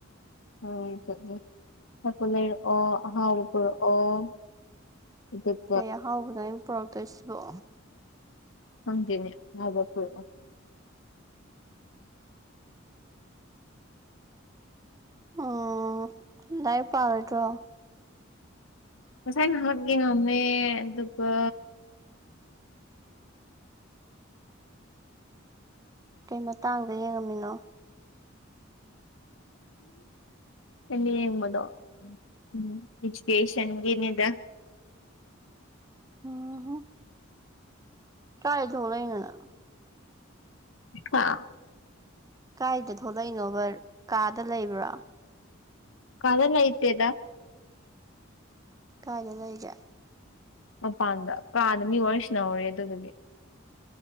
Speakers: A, on the left; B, on the right.
A: ꯍꯣꯏ ꯆꯠꯂꯨ ꯆꯥꯄꯣꯠ ꯂꯩꯔꯛꯑꯣ ꯑꯍꯥꯎꯕ ꯄꯨꯔꯛꯑꯣ__ ꯑꯗꯨ__
B: ꯀꯩ ꯑꯍꯥꯎꯕꯅꯣ ꯑꯩꯅ ꯄꯨꯔꯛꯇꯣꯏꯁꯤꯕꯣ__
A: ꯈꯪꯗꯦꯅꯦ ꯑꯍꯥꯎꯕ ꯄꯨꯔꯛꯑꯣ__
B: ꯑꯥ ꯂꯥꯏꯔꯤꯛ ꯄꯥꯔꯣꯏꯗ꯭ꯔꯣ__
A: ꯉꯁꯥꯏ ꯉꯍꯥꯛ ꯌꯦꯡꯉꯝꯃꯦ ꯑꯗꯨꯒ__
B: ꯀꯩ ꯃꯇꯥꯡꯗ ꯌꯦꯡꯉꯝꯃꯤꯅꯣ__
A: ꯑꯩꯅ ꯌꯦꯡꯕꯗꯣ ꯎꯝ ꯀꯦꯁꯇꯦꯁꯟꯒꯤꯅꯦꯗ__
B: ꯑꯣ ꯍꯣ ꯀꯥꯏ ꯊꯣꯛꯂꯛꯏꯅꯣ ꯅꯪ__
A: ꯍꯥ
B: ꯀꯥꯏꯗ ꯊꯣꯛꯂꯛꯏꯅꯣꯕ ꯀꯥꯗ ꯂꯩꯕ꯭ꯔꯣ__
A: ꯀꯥꯗ ꯂꯩꯇꯦꯗ__
B: ꯀꯥꯏꯗ ꯂꯩꯒꯦ
A: ꯃꯄꯥꯟꯗ ꯀꯥꯗ ꯃꯤ ꯋꯥꯔꯤ ꯁꯥꯟꯅꯍꯧꯔꯤ ꯑꯗꯨꯗꯨꯒꯤ__